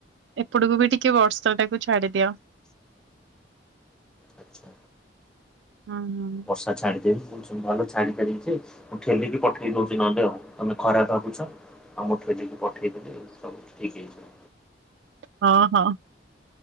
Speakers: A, on the right; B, in the centre.
A: ଏପଟକୁ ବି ଟିକେ ବର୍ଷଟାକୁ ଛାଡିଦିଅ।
B: ଆଚ୍ଛା
A: ହଁ ହଁ।
B: ବର୍ଷା ଛାଡ଼ିଦେବି ମୁଁ ଛାଡ଼ିଦେବି ଯେ ମୁଁ ଠେଲିକି ପଠେଇ ଦଉଛି ନହେଲେ ଆଉ ତମେ ଖରାପ ଭାବୁଛ। ଆଉ ମଠରେ ଯକି ପଠେଇଦେଲି ସବୁ ଠିକ୍ ହେଇଯିବ।
A: ହଁ ହଁ।